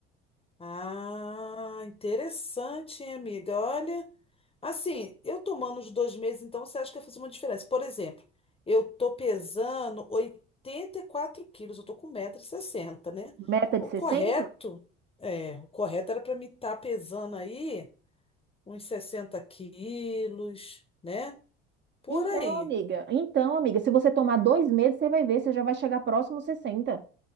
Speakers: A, on the left (about 15°); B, on the right (about 35°).
A: Ah, interessante, hein, amiga? Olha, assim, eu tomando os dois meses, então você acha que vai fazer uma diferença? Por exemplo, eu tô pesando 84 quilos, eu tô com 160 sessenta, né?
B: Meta
A: O
B: de 60?
A: correto, é, o correto era para mim estar pesando aí uns 60 quilos, né? Por
B: Então,
A: aí.
B: amiga, então, amiga, se você tomar dois meses, você vai ver, você já vai chegar próximo aos 60.